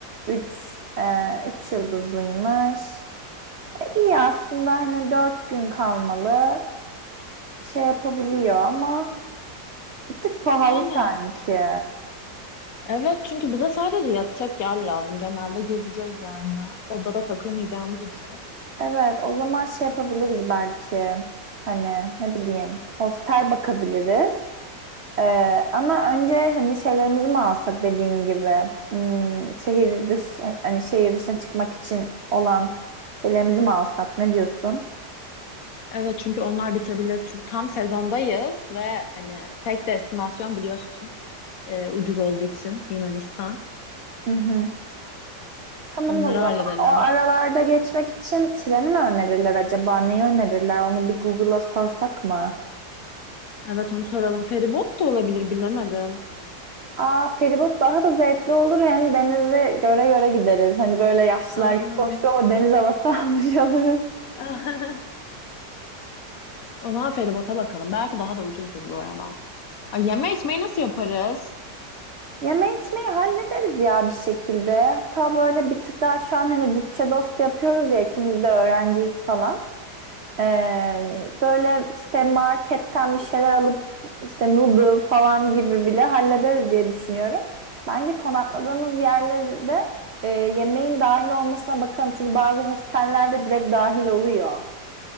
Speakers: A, on the right; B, on the left.
A: 3 e, 3 yıldızlıymış. İyi aslında hani dört gün kalmalı şey yapabiliyor ama bir tık pahalı
B: Yani
A: sanki.
B: evet çünkü bize sadece yatacak yer lazım. Genelde gezeceğiz yani. Odada takılmayacağımız için.
A: Evet o zaman şey yapabiliriz belki. Hani ne bileyim hostel bakabiliriz. Ee, ama önce hani şeylerimizi mi alsak dediğin gibi. Hmm, şehir dış hani şehir dışına çıkmak için olan şeylerimizi mi alsak ne diyorsun?
B: Evet çünkü onlar bitebilir. Çünkü tam sezondayız ve hani tek destinasyon biliyorsun e, ucuz olduğu için Yunanistan.
A: Hı hı. Tamam
B: Onları
A: o zaman.
B: halledelim.
A: O aralarda geçmek için treni mi önerirler acaba? Neyi önerirler? Onu bir Google'a sorsak mı?
B: Evet onu soralım. Feribot da olabilir bilemedim.
A: Aa feribot daha da zevkli olur. Hem denizi göre göre gideriz. Hani böyle yaşlılar
B: Aynen.
A: gibi koştu ama deniz havası <laughs> almış oluruz.
B: <laughs> O zaman feribota bakalım. Belki daha da ucuzdur bu arada. Ay, yeme içmeyi nasıl yaparız?
A: Yeme içmeyi hallederiz ya bir şekilde. Hatta böyle bir tık daha şu an hani bütçe dostu yapıyoruz ya ikimiz de öğrenciyiz falan. Ee, böyle işte marketten bir şeyler alıp işte noodle falan gibi bile hallederiz diye düşünüyorum. Bence konakladığımız yerlerde e, yemeğin dahil olmasına bakalım. Çünkü bazı hostellerde direkt dahil oluyor.